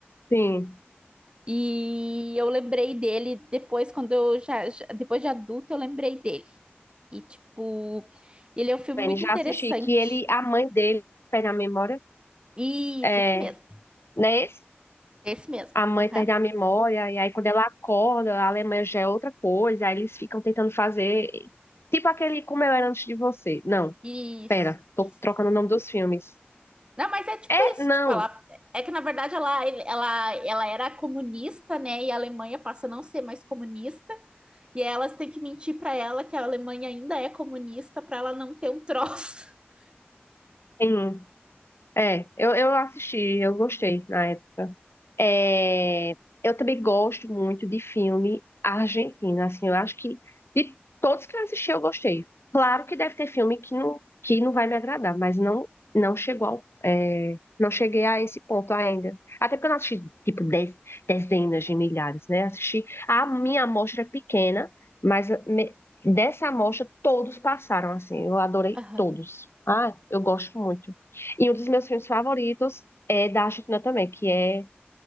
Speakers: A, on the left; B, on the right.
A: Sim.
B: E eu lembrei dele depois, quando eu já, já- depois de adulta, eu lembrei dele. E, tipo, ele é um filme
A: Bem,
B: muito
A: Já
B: interessante.
A: assisti. Que ele, a mãe dele, perde a memória.
B: Isso,
A: É.
B: esse mesmo.
A: Não é esse?
B: Esse mesmo.
A: a mãe
B: Aham.
A: perde a memória, e aí quando ela acorda, a Alemanha já é outra coisa, aí eles ficam tentando fazer. Tipo aquele Como Eu Era Antes de Você. Não,
B: Isso,
A: pera, tô
B: isso.
A: trocando o nome dos filmes.
B: Não, mas é tipo
A: É,
B: isso,
A: não,
B: tipo, ela é que na verdade ela, ele- ela, ela era comunista, né? E a Alemanha passa a não ser mais comunista, e aí elas têm que mentir pra ela que a Alemanha ainda é comunista pra ela não ter um troço. <laughs>
A: sim. É, eu, eu assisti, eu gostei na época. É, eu também gosto muito de filme argentino, assim, eu acho que de todos que eu assisti eu gostei. Claro que deve ter filme que não, que não vai me agradar, mas não não chegou ao, é, não cheguei a esse ponto ainda. Até porque eu não assisti, tipo, dez, dezenas de milhares, né? Assisti, a minha amostra é pequena, mas me- dessa amostra todos passaram, assim, eu adorei
B: Aham.
A: todos. Ah, eu gosto muito. E um dos meus filmes favoritos é da Argentina também, que é